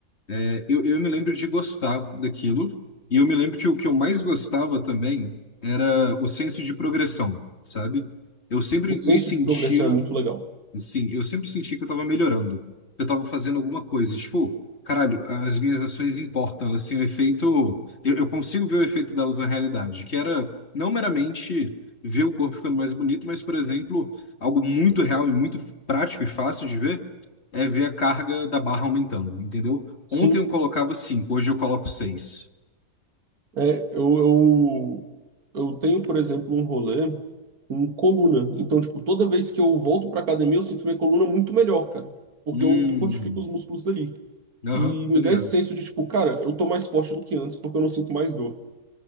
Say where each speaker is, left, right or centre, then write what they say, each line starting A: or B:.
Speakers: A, on the left; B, on the right.
A: é, eu, eu me lembro de gostar daquilo, e eu me lembro que o que eu mais gostava também era o senso de progressão, sabe? Eu sempre
B: O senso
A: me sentia
B: de progressão é muito legal.
A: Sim, eu sempre senti que eu tava melhorando. Eu tava fazendo alguma coisa. Tipo, caralho, as minhas ações importam. Elas têm um efeito. Eu, eu consigo ver o efeito delas na realidade, que era não meramente ver o corpo ficando mais bonito, mas, por exemplo, algo muito real e muito f- prático e fácil de ver é ver a carga da barra aumentando, entendeu?
B: Sim,
A: Ontem eu colocava cinco hoje eu coloco seis
B: é, eu, eu, eu tenho, por exemplo, um rolê com coluna. Então, tipo, toda vez que eu volto pra academia, eu sinto minha coluna muito melhor, cara. Porque
A: Hum,
B: eu fortifico os músculos dali.
A: aham,
B: E me
A: tá ligado.
B: dá esse senso de, tipo, cara, eu tô mais forte do que antes porque eu não sinto mais dor.